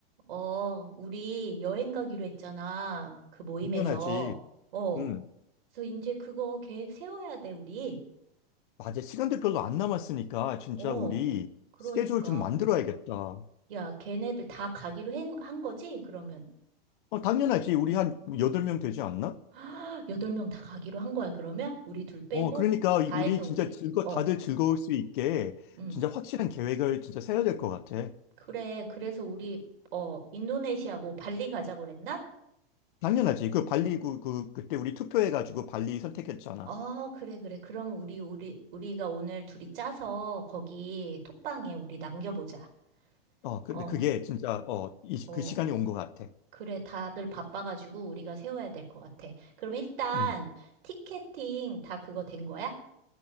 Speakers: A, on the right (about 65°); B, on the left (about 55°).
A: 어, 우리 여행 가기로 했잖아. 그 모임에서.
B: 당연하지.
A: 어,
B: 음,
A: 그래서 이제 그거 계획 세워야 돼, 우리.
B: 맞아. 시간도 별로 안 남았으니까 진짜
A: 어,
B: 우리
A: 그러니까.
B: 스케줄 좀 만들어야겠다.
A: 야, 걔네들 다 가기로 한, 한 거지? 그러면.
B: 어, 당연하지. 우리 한 8명 되지 않나?
A: <gasps> 헉, 여덟 명 다 가기로 한 거야, 그러면? 우리 둘 빼고?
B: 어, 그러니까
A: 다
B: 이- 우리
A: 해서
B: 진짜
A: 우리?
B: 즐거,
A: 어,
B: 다들 즐거울 수 있게
A: 응.
B: 진짜 확실한 계획을 진짜 세워야 될 것 같아.
A: 그래, 그래서 우리, 어, 인도네시아 뭐 발리 가자고 그랬나?
B: 당연하지. 그 발리, 그, 그, 그때 우리 투표해가지고 발리 선택했잖아.
A: 어, 그래, 그래. 그러면 우리, 우리, 우리가 오늘 둘이 짜서 거기 톡방에 우리 남겨보자.
B: 어, 근데
A: 어,
B: 그게 진짜, 어, 이, 시-
A: 어.
B: 그 시간이 온 것 같아.
A: 그래, 다들 바빠가지고 우리가 세워야 될 것 같아. 그럼 일단
B: 음.
A: 티켓팅 다 그거 된 거야?